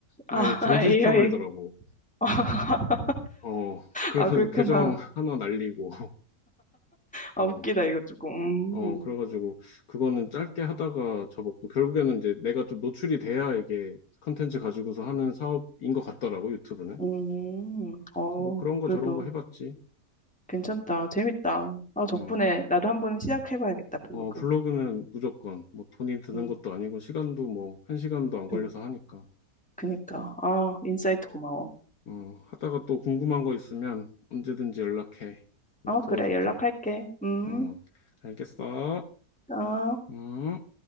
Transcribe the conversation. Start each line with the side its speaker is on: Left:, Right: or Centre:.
Centre: 아,
Left: 아예 정지시켜버리더라고.
Centre: <laughs> AI. <laughs>
Left: 어, 그래가지고
Centre: 아, 그렇구나.
Left: 계정 하나 날리고,
Centre: 아,
Left: 어,
Centre: 웃기다, 이거 조금.
Left: 어, 그래가지고 그거는 짧게 하다가 접었고, 결국에는 이제 내가 좀 노출이 돼야 이게 컨텐츠 가지고서 하는 사업인 것 같더라고, 유튜브는.
Centre: 음, 음, 어,
Left: 뭐 그런 거
Centre: 그래도
Left: 저런 거 해봤지.
Centre: 괜찮다. 재밌다. 아, 덕분에
Left: 어,
Centre: 나도 한번 시작해봐야겠다, 블로그.
Left: 어, 블로그는 무조건 뭐 돈이 드는
Centre: 음,
Left: 것도 아니고 시간도 뭐 한 시간도 안
Centre: 그,
Left: 걸려서 하니까.
Centre: 그니까. 아, 인사이트 고마워.
Left: 어, 하다가 또 궁금한 거 있으면 언제든지 연락해. 내가
Centre: 어,
Left: 도와줄게.
Centre: 그래, 연락할게. 음,
Left: 음, 알겠어.
Centre: 아.
Left: 음.